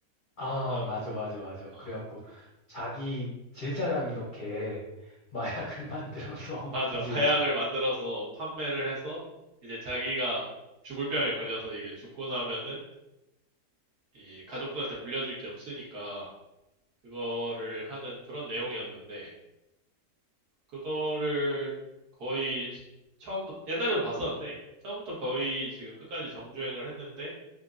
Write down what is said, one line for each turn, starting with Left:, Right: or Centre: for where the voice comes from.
Left: 아,
Right: 그래서,
Left: 맞아, 맞아, 맞아.
Right: 어.
Left: 그래갖고 자기 제자랑 이렇게 마약을 <laughs> 만들어서,
Right: 맞아.
Left: 그지?
Right: 마약을 만들어서 판매를 해서 이제 자기가 죽을 병에 걸려서 이게 죽고 나면은 이 가족들한테 물려줄 게 없으니까 그거를 하는 그런 내용이었는데 그거를 거의 처음부터, 옛날에도 봤었는데, 처음부터 거의 지금 끝까지 정주행을 했는데,